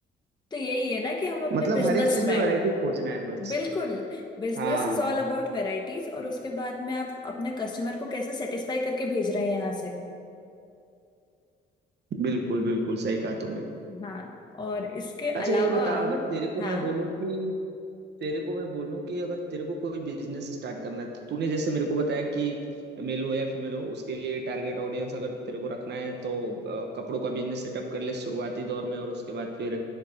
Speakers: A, on the left; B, on the right.
A: तो यही है ना कि हम अपने
B: मतलब
A: बिजनेस
B: हर एक चीज
A: में
B: में वैरायटी खोजना है बस
A: बिल्कुल Business
B: हाँ
A: is all about varieties और उसके बाद में आप अपने कस्टमर को कैसे सेटिस्फाई करके भेज रहे हैं यहाँ से
B: बिल्कुल बिल्कुल सही कहा तुमने
A: हाँ और इसके
B: अच्छा
A: अलावा
B: ये बता अगर तेरे को
A: हाँ
B: मैं बोलूं कि तेरे को मैं बोलूं कि अगर तेरे को कोई बिजनेस स्टार्ट करना है तो तूने जैसे मेरे को बताया कि मेल हो या फीमेल हो उसके लिए टारगेट ऑडियंस अगर तेरे को रखना है तो अ, कपड़ों का बिजनेस सेटअप कर ले शुरुआती दौर में और उसके बाद फिर